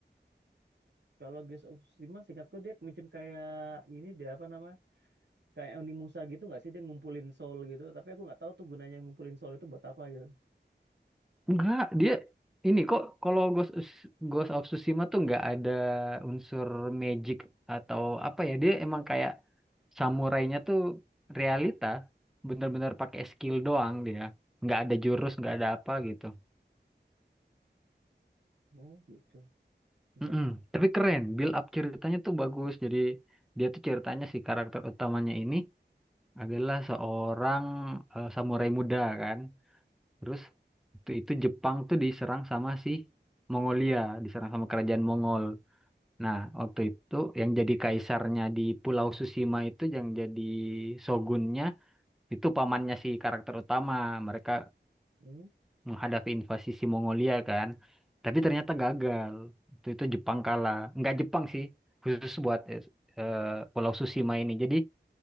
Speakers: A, on the right; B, in the centre.
A: Kalau Ghost of Tsushima seingatku dia macam kayak ini dia apa nama? Kayak Onimusa gitu nggak sih dia ngumpulin soul gitu. Tapi aku nggak tahu tuh gunanya ngumpulin soul itu buat apa gitu.
B: Enggak, dia ini kok kalau Ghost, Ghost of Tsushima tuh nggak ada unsur magic atau apa ya. Dia emang kayak samurainya tuh realita, bener-bener pakai skill doang dia. Nggak ada jurus, nggak ada apa gitu.
A: Oh gitu. Bentar.
B: Mm-mm. Tapi keren, build up ceritanya tuh bagus. Jadi dia tuh ceritanya si karakter utamanya ini. adalah seorang eh, samurai muda kan. Terus waktu itu Jepang tuh diserang sama si Mongolia, diserang sama kerajaan Mongol. Nah, waktu itu yang jadi kaisarnya di Pulau Susima itu yang jadi shogunnya itu pamannya si karakter utama. Mereka
A: Hmm.
B: menghadapi invasi si Mongolia kan. Tapi ternyata gagal. Waktu itu Jepang kalah. Nggak Jepang sih, khusus buat eh, eh, Pulau Susima ini. Jadi